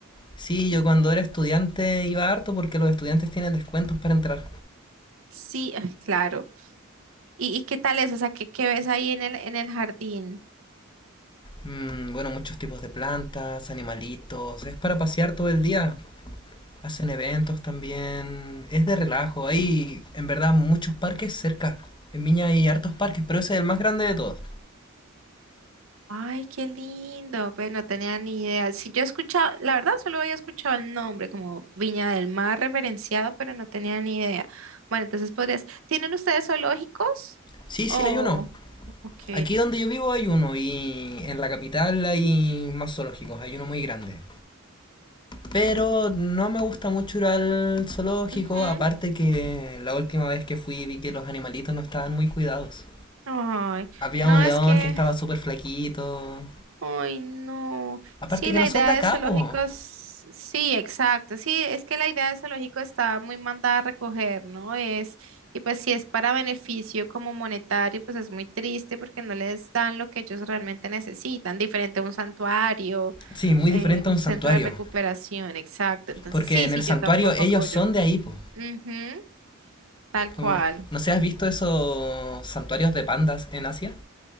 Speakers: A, on the left (about 25°); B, on the right (about 85°).
A: Sí, yo cuando era estudiante iba harto porque los estudiantes tienen descuentos para entrar.
B: Sí, ay, claro. ¿Y, y qué tal es? O sea, ¿qué, qué ves ahí en el, en el jardín?
A: Mm, bueno, muchos tipos de plantas, animalitos, es para pasear todo el día. Hacen eventos también, es de relajo. Hay en verdad muchos parques cerca. En Viña hay hartos parques, pero ese es el más grande de todos.
B: Ay, qué lindo. Pues no tenía ni idea. Si yo he escuchado, la verdad solo había escuchado el nombre como Viña del Mar referenciado, pero no tenía ni idea. Bueno, entonces podrías. ¿Tienen ustedes zoológicos?
A: Sí,
B: Oh,
A: sí, hay uno.
B: ok.
A: Aquí donde yo vivo hay uno y en la capital hay más zoológicos, hay uno muy grande. Pero no me gusta mucho ir al zoológico,
B: Ujú.
A: aparte que la última vez que fui vi que los animalitos no estaban muy cuidados.
B: Ay,
A: Había
B: no,
A: un león
B: es que
A: que estaba súper flaquito.
B: Ay, no.
A: Aparte
B: Sí,
A: que
B: la
A: no
B: idea
A: son de acá,
B: de zoológicos,
A: po.
B: sí, exacto. Sí, es que la idea de zoológico está muy mandada a recoger, ¿no? Es, y pues si es para beneficio como monetario, pues es muy triste porque no les dan lo que ellos realmente necesitan, diferente a un santuario,
A: Sí, muy
B: eh,
A: diferente
B: un
A: a un
B: centro
A: santuario.
B: de recuperación, exacto. Entonces,
A: Porque
B: sí,
A: en
B: sí,
A: el santuario
B: yo tampoco
A: ellos
B: apoyo.
A: son de ahí, po.
B: Ujú, tal cual.
A: Como- ¿No se has visto esos santuarios de pandas en Asia?